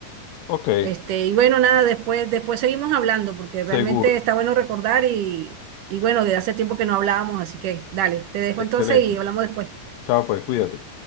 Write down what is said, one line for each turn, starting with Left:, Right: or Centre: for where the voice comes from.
Left: Ok,
Right: Este, y bueno, nada, después, después seguimos hablando porque
Left: seguro,
Right: realmente está bueno recordar y, y bueno, de hace tiempo que no hablábamos, así que dale, te dejo
Left: excelente.
Right: entonces y hablamos después.
Left: Chao, pues cuídate.